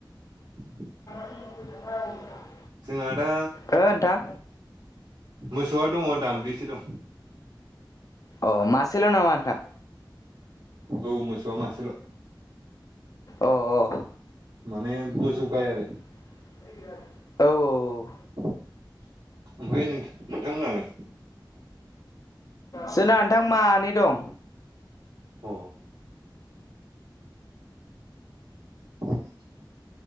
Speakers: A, on the right; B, on the left.
A: <inaudible>
B: <inaudible>
A: जोंहा दा
B: ओ नोंथां
A: मोसौआ दङ दाम्ब्रिसो दं।
B: अ मासेल' नामा नोंथां?
A: औ मोसौआ मासेल'।
B: अ अ।
A: माने मोसौ गाय आरो।
B: औ औ औ।
A: ओमफ्राय नों नोंथांमोननालाय?
B: जोंना नोंथां मानै दं।
A: अ। <unintelligible>